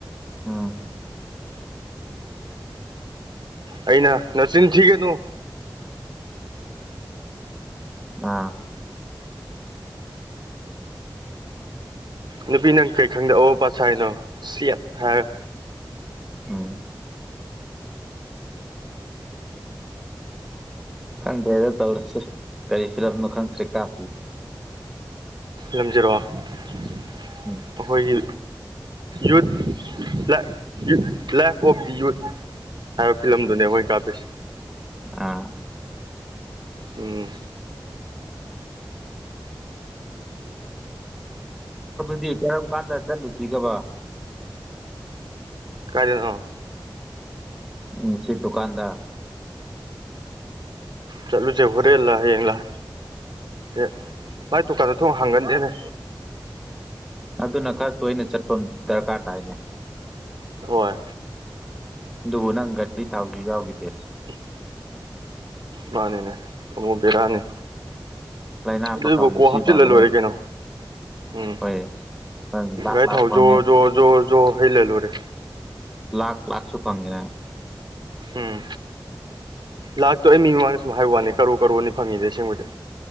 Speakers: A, in the centre; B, on the right.
A: ꯎꯝ
B: ꯑꯩꯅ ꯅꯔꯁꯤꯅ ꯊꯒꯦ ꯇꯨ
A: ꯑꯥ
B: ꯅꯨꯄꯤ ꯅꯪ ꯀꯩ ꯈꯪꯗ ꯑ ꯄꯁ ꯍꯥꯏꯅꯣ ꯊꯥꯔ
A: ꯍ ꯀꯗ ꯇꯧꯔꯁꯤꯦ ꯀꯔꯤ ꯐꯤꯂꯝꯅ ꯈꯟꯁ꯭ꯔꯤ ꯀꯥꯁꯤꯤ
B: ꯂꯝꯖꯔꯛꯑꯣ
A: ꯎꯝ
B: ꯑꯩꯈꯣꯏꯒꯤ youth life of the youth ꯍꯥꯏꯕ ꯐꯤꯂꯝꯗꯨꯅꯦ ꯃꯈꯣꯏ ꯀꯥꯞꯄꯤꯣꯏꯁ
A: ꯑꯥ
B: ꯎꯝ
A: ꯗꯤ ꯀꯔ ꯀꯥꯟꯗ ꯆꯠꯂꯨꯁꯤꯒꯕ
B: ꯀꯗꯅꯣ
A: ꯎꯝ ꯁꯤ ꯗꯨ ꯀꯥꯟꯗ
B: ꯆꯠꯂꯁꯦ ꯍꯣꯔꯦꯂ ꯌꯦꯌꯦꯂ ꯑꯦ ꯚꯥꯏ ꯇꯣꯀꯥꯟꯗ ꯊꯣꯡ ꯍꯥꯡꯒꯟꯗꯦꯅꯦ
A: ꯑꯗꯨꯅ ꯈꯔ ꯇꯣꯏꯅ ꯆꯠꯄ ꯗꯔꯀꯥꯔ ꯇꯥꯏꯅꯦ
B: ꯍꯣꯏ
A: ꯑꯗꯨ ꯅꯪ ꯗꯤ ꯊꯥꯎ ꯌꯥꯎꯗꯦ
B: ꯎꯝ ꯃꯥꯅꯤꯅꯦ ꯑꯃꯕꯨꯕꯤꯔꯥꯅꯤ
A: ꯂꯥꯏꯅꯥ
B: ꯑꯗꯨꯏꯕꯨ
A: ꯄꯀꯥ
B: ꯀꯣ
A: ꯃꯁꯤ
B: ꯍꯥꯞꯆꯤꯜꯂ
A: ꯕꯥꯂꯣ
B: ꯂꯣꯏꯔꯦ ꯀꯩꯅꯣ ꯎꯝ
A: ꯍꯣꯏ ꯅꯪ ꯂꯥꯛ
B: ꯒꯥꯏ
A: ꯂꯥꯛ
B: ꯊꯥꯎ
A: ꯐꯪꯉꯦ
B: ꯖꯣ ꯖꯣ ꯖꯣ ꯖꯣ ꯍꯩ ꯂꯩ ꯂꯨꯔꯦ
A: ꯂꯥꯛ ꯂꯥꯛꯥꯛꯁꯨ ꯐꯪꯉꯔ
B: ꯎꯝ ꯂꯥꯛꯇꯣꯏ ꯑꯩ ꯃꯤ ꯃꯃꯥꯡꯗ ꯁꯨꯝ ꯍꯥꯏꯕ ꯋꯥꯅꯤ ꯀꯔꯣ ꯀꯔꯣꯅꯤ ꯐꯪꯉꯤꯗ ꯑꯁꯦꯡꯕꯗꯤ